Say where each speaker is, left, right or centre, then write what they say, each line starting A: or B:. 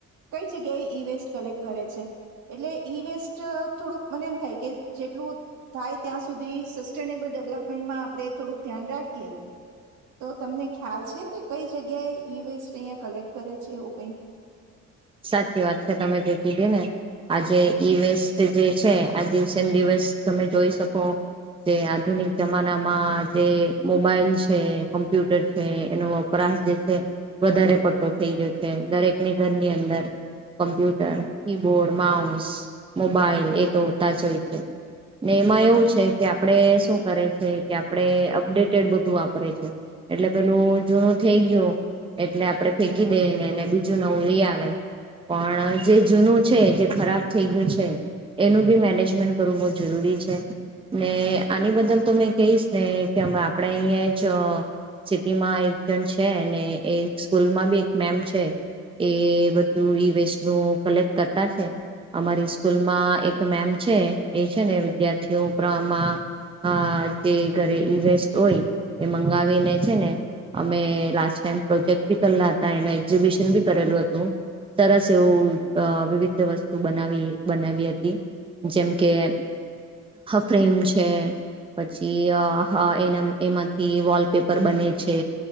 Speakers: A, on the right (about 75°); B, on the right (about 15°).
A: કઈ જગ્યાએ ઈ વેસ્ટ કલેક્ટ કરે છે? એટલે ઈ વેસ્ટ અ થોડુંક મને એમ થાય કે જેટલું થાય ત્યાં સુધી સસ્ટેનેબલ ડેવલપમેન્ટમાં આપણે થોડુંક ધ્યાન રાખીએ તો તમને ખ્યાલ છે કે કઈ જગ્યાએ ઈ વેસ્ટ અહીંયા કલેક્ટ કરે છે એવું કઈ?
B: સાચી વાત છે તમે જે કીધી ને. આજે ઈ વેસ્ટ જે છે આ <unintelligible> દિવસ તમે જોઈ શકો જે આધુનિક જમાનામાં જે મોબાઈલ છે, કોમ્પ્યુટર છે એનો વપરાશ જે છે વધારે પડતો થઈ ગયો છે દરેકની ઘરની અં <unintelligible> કોમ્પ્યુટર, કીબોર્ડ, માઉસ, મોબાઈલ એ તો હોતા જ હોય છે ને એમાં એવું છે કે આપડે શું કરે છે કે આપણે અપડેટેડ બધું વાપરે છે એટલે પેલું જૂનું થઈ ગયું એટલે આપડે ફેંકી દઈને એને બીજું નવું લઈ આવે. પણ જે જૂનું છે જે ખરાબ થઈ ગયું છે એનું બી મેનેજમેન્ટ કરવું બહ જરૂરી છે ને આની બદલ તો મેં કહીશ ને કે આપણે અહીયાં જ સિટીમાં એક જણ છે ને એ સ્કૂલમાં બી એક મેમ છે એ તું ઈ વેસ્ટ નું કલેક્ટ કરતા છે અમારી સ્કૂલમાં એક મેમ છે એ છે ને વિદ્યાર્થીઓ ઉપરામાં જે ઘરે ઈ વેસ્ટ હોય એ મંગાવીને છે ને અમે લાસ્ટ ટાઈમ પ્રોજેક્ટ બી કરેલા હતા એને એક્ઝિબિશન બી કરેલું હતું. સરસ એવું વિવિધ વસ્તુ બનાવી બનાવી હતી જેમ કે ફ્રેમ છે પછી એના એમાંથી વોલપેપર બને છે